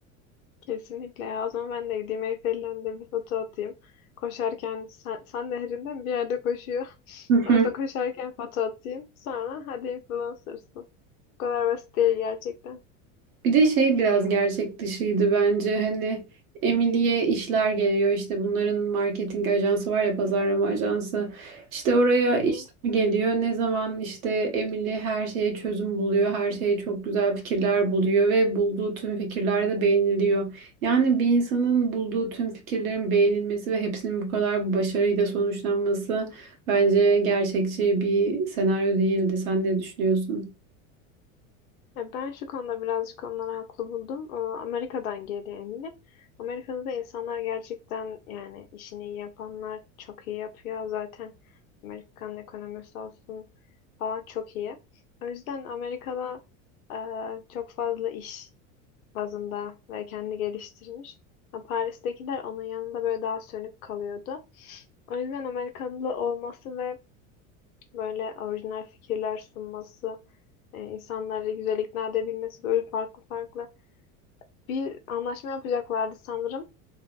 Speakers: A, on the left (about 85°); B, on the right (about 80°).
A: Kesinlikle ya. O zaman ben de gideyim Eyfel'in önünde bir foto atayım. Koşarken sen, sen nehrinden bir yerde koşuyor. <laughs>
B: <laughs>
A: Orada koşarken foto atayım. Sonra hadi influencersın. Bu kadar basit değil gerçekten.
B: Bir de şey biraz gerçek dışıydı bence. Hani Emily'ye işler geliyor. işte bunların marketing ajansı var ya pazarlama ajansı. İşte oraya
A: Hı hı.
B: işler geliyor. Ne zaman işte Emily her şeye çözüm buluyor. Her şeye çok güzel fikirler buluyor ve bulduğu tüm fikirler de beğeniliyor. Yani bir insanın bulduğu tüm fikirlerin beğenilmesi ve hepsinin bu kadar bu başarıyla sonuçlanması bence gerçekçi bir senaryo değildi. Sen ne düşünüyorsun?
A: Ya Ben şu konuda birazcık onları haklı buldum. Ee, Amerika'dan geliyor Emine. Amerika'da da insanlar gerçekten yani işini iyi yapanlar çok iyi yapıyor. Zaten Amerikan ekonomisi olsun falan çok iyi. O yüzden Amerika'da e, çok fazla iş bazında ve kendi geliştirmiş. Ha, Paris'tekiler onun yanında böyle daha sönük kalıyordu. O yüzden Amerikalı olması ve böyle orijinal fikirler sunması, e, insanları güzel ikna edebilmesi böyle farklı farklı. Bir anlaşma yapacaklardı sanırım.